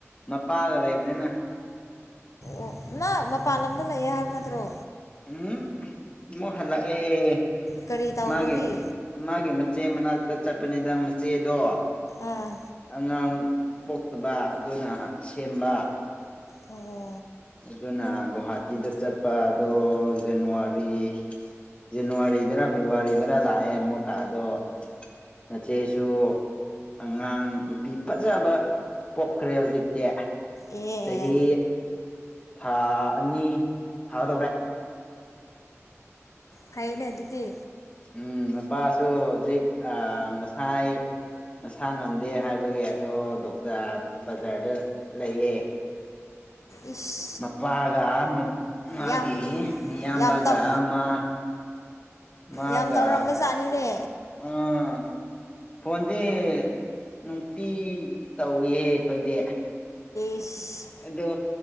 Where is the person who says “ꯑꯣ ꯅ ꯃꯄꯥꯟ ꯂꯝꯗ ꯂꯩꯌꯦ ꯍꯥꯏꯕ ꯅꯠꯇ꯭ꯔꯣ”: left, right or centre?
Left